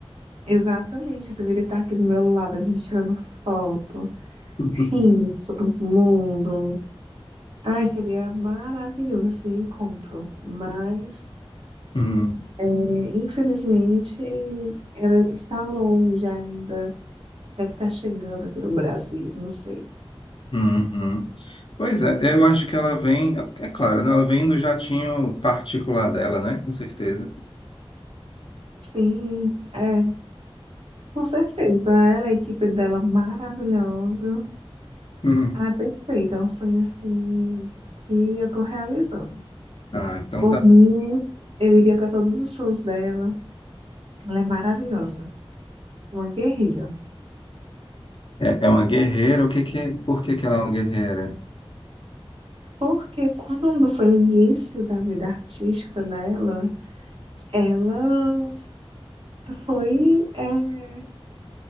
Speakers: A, on the right; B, on the left.
A: exatamente, eu deveria estar aqui do meu lado, a gente tirando foto.
B: <laughs>
A: rindo todo mundo. Ai, seria maravilhoso esse encontro, mas
B: Uhum,
A: é, infelizmente era, está longe ainda. Deve estar chegando aqui no Brasil, não sei.
B: uhum. Pois é, eu acho que ela vem, é claro, né? Ela vem do jatinho particular dela, né? Com certeza.
A: Sim, é, com certeza. Ela, a equipe dela maravilhosa.
B: Uhum.
A: Ah, perfeita. É um sonho assim que eu tô realizando.
B: Ah, então
A: Por
B: tá.
A: mim, eu iria para todos os shows dela. Ela é maravilhosa, uma guerreira.
B: É, é uma guerreira. O que que, é- por que que ela é uma guerreira?
A: Porque quando foi o início da vida artística dela, ela foi, é,